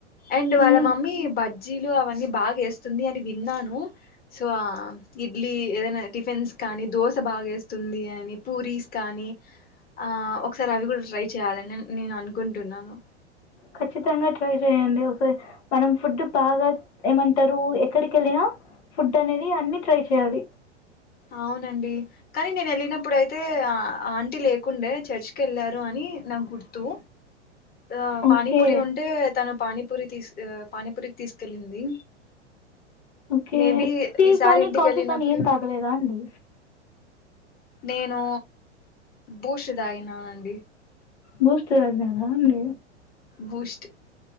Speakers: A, on the left (about 25°); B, on the left (about 65°).
A: అండ్
B: హ్మ్.
A: వళ మమ్మీ బడ్ సబ్జీలు అవన్నీ బాగా వేస్తుంది అని విన్నాను సో ఆ ఇడ్లీ ఏదైనా టిఫిన్స్ కానీ దోస్ ఇంత బాగేస్తుంది అని పూరీస్ కానీ ఆ ఒకసారి అవి కూడా ట్రై చేయాలని నేను అనుకుంటున్నాను
B: ఖచ్చితంగా ట్రై చేయండి ఒకసారి మనం ఫుడ్ బాగా ఏమంటారు ఎక్కడికి వెళ్ళిన ఫుడ్ అనేది అన్ని ట్రై చేయాలి
A: అవునండి కానీ నేను ఏళ్ళినప్పుడు అయితే ఆంటీ లేకుండే చర్చికి వెళ్ళారు అని నాకు గుర్ తు ఆ
B: ఓకే
A: పాని పూరి ఉంటే తను పాని పూరి తీస్ పానీపూరికి తీసుకెళ్ళింది
B: ఓకే
A: మేబి
B: టీ
A: ఈసారి
B: కానీ
A: ఇంటికి
B: కాఫీ
A: వెళ్ళినప్పుడు
B: కానీ ఏం తగలేదా అండీ
A: నేను బూస్ తాగిననండి
B: బూస్ట్ తగినర అండి
A: బూష్ట్